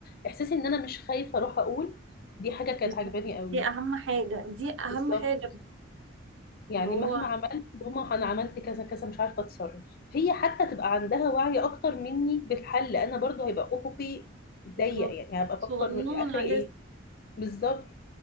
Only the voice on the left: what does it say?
احساسي ان انا مش خايفه اروح اقول دي حاجه كانت
عجباني قوي
بالظبط
يعني
مهما عملت ماما انا عملت كذا كذا مش عارفه اتصرف هي حتى تبقى عندها وعي اكتر مني بالحل انا برضو هيبقى افقي
ضيق يعني هبقى افكر
اخري
ايه بالظبط